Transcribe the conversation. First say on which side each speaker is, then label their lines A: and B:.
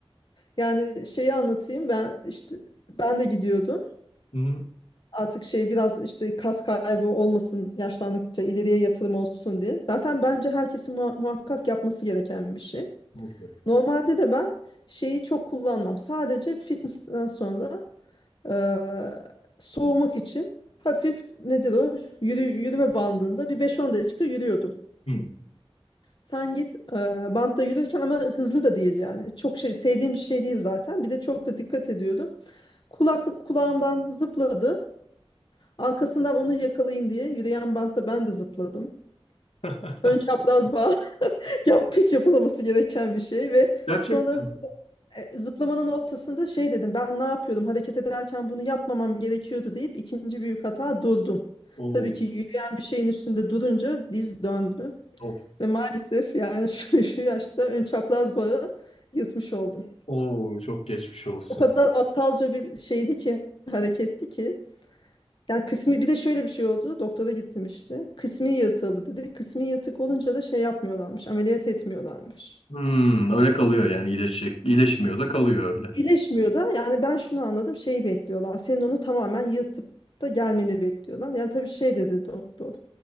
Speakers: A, on the left; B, on the left.
A: Yani şeyi anlatayım. Ben işte ben de gidiyordum.
B: Hı hı.
A: Artık şey biraz işte kas kaybı olmasın, yaşlandıkça ileriye yatırım olsun diye. Zaten bence herkesin muha- muhakkak yapması gereken bir şey.
B: Mutlu.
A: Normalde de ben şeyi çok kullanmam. Sadece fitness'ten sonra eee, soğumak için hafif nedir o? Yürü, yürüme bandında bir 5-10 dakika yürüyordum.
B: Hı.
A: Sen git eee, bantta yürürken ama hızlı da değil yani. Çok şey sevdiğim bir şey değil zaten. Bir de çok da dikkat ediyordum. Kulaklık kulağımdan zıpladı. Arkasından onu yakalayayım diye yürüyen bantta ben de zıpladım.
B: <laughs>
A: Ön çapraz bağ <laughs> yap hiç yapılaması gereken bir şey ve
B: Gerçekten.
A: sonra e, zıplamanın ortasında şey dedim ben ne yapıyordum hareket ederken bunu yapmamam gerekiyordu deyip ikinci büyük hata durdum.
B: Oo,
A: Tabii ki yürüyen bir şeyin üstünde durunca diz döndü
B: oo,
A: ve maalesef yani <laughs> şu, şu yaşta ön çapraz bağı yırtmış oldum.
B: oo, çok geçmiş olsun.
A: O kadar aptalca bir şeydi ki hareketti ki yani kısmi bir de şöyle bir şey oldu doktora gittim işte kısmi yırtıldı dedi kısmi yırtık olunca da şey yapmıyorlarmış ameliyat etmiyorlarmış.
B: Hmm, öyle kalıyor yani iyileşecek. iyileşmiyor da kalıyor öyle.
A: İyileşmiyor da yani ben şunu anladım şeyi bekliyorlar. Senin onu tamamen yırtıp da gelmeni bekliyorlar. Yani tabii şey dedi doktor.